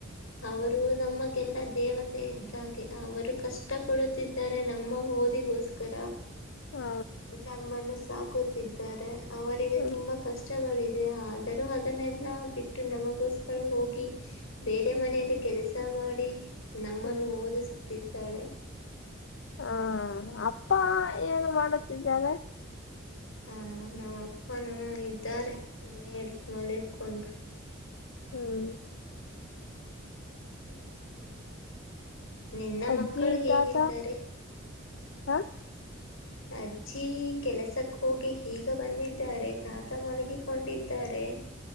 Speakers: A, on the left; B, on the left.
A: ಅವರು ನಮಗೆಲ್ಲಾ ದೇವತೆ ಇದ್ದಾಗೆ ಅವರು ಕಷ್ಟ ಪಡುತ್ತಿದ್ದಾರೆ ನಮ್ಮ ಹ ಗೋದಿಗೋಸ್ಕರ
B: ಹಾ
A: ನಮ್ಮನ್ನು ಸಾಕುತ್ತಿದ್ದಾರೆ ಅವರಿಗೆ
B: ಹ್ಮ್
A: ತುಂಬಾ ಕಷ್ಟ ಪಚಗಳಿದೆ ಆದರೂ ಅದನ್ನೆಲ್ಲಾ ಬಿಟ್ಟು ನಮಗೋಸ್ಕರ ಹೋಗಿ ಬೇರೆ
B: ಹ್ಮ್
A: ಮನೆಯಲ್ಲಿ ಕೆಲಸ ಮಾಡಿ ನಮ್ಮನ್ನು
B: ಹ್ಮ್
A: ಓದಿಸುತ್ತಿದ್ದಾಳೆ
B: ಹಾ ಅಪ್ಪ ಏನು ಮಾಡುತ್ತಿದ್ದಾರೆ
A: ಹಾ ನಮ್ಮಪ್ಪನ ಇದ್ದಾರೆ ಮನೆಯಲ್ಲಿ ಮಲಕೊಂಡ್ರು
B: ಹ್ಮ್
A: ಹ್ಮ ನಿನ್ನ
B: ಅಜ್ಜಿ
A: ಮಕ್ಕಳು ಹೇಗಿದ್ದಾರೆ
B: ತಾತ ಹ
A: ಅಜ್ಜಿ ಈ ಕೆಲಸಕ್ಕೋಗಿ ಹೀಗ ಬಂದಿದ್ದಾರೆ ತಾತ ಮಲಗಿಕೊಂಡಿದ್ದಾರೆ ಹ್ಮ